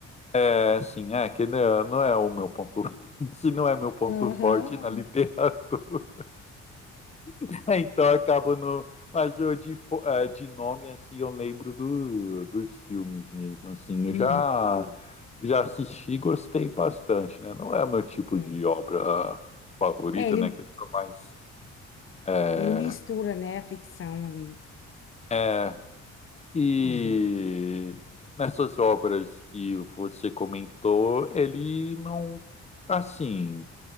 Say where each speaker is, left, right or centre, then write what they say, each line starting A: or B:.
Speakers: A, on the left; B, on the left.
A: É, assim, é que não é não é o meu ponto, <laughs> se não é meu ponto
B: Aham.
A: forte na literatura. <laughs> É, Então eu acabo no. Mas eu de, fo- eh, de nome, assim, eu lembro do, dos filmes mesmo, assim. Eu
B: Uhum,
A: já, já assisti e gostei bastante, né? Não é meu tipo
B: é.
A: de obra favorita,
B: É, ele,
A: né? Que eu sou mais. eh,
B: ele mistura, né, a ficção ali.
A: é, e
B: Uhum.
A: nessas obras que você comentou, ele não. Assim.